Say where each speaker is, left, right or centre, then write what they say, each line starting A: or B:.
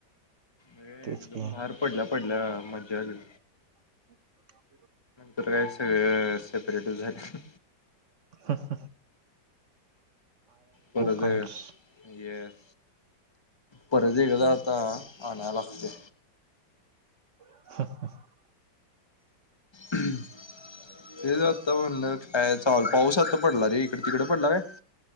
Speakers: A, on the left (about 15°); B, on the right (about 50°).
A: एकदम
B: तेच की
A: बाहेर पडल्या पडल्या मज्जा आली.
B: हम्
A: तर काही सगळं सेपरेट झालं.
B: ह ह
A: परत
B: पॉइंट्स
A: आहे येस. परत एक एकदा आता आणाय लागते.
B: ह
A: हम् हे आता म्हणल काय चाल पाऊस आता पडला रे इकडे तिकडे पडला होय.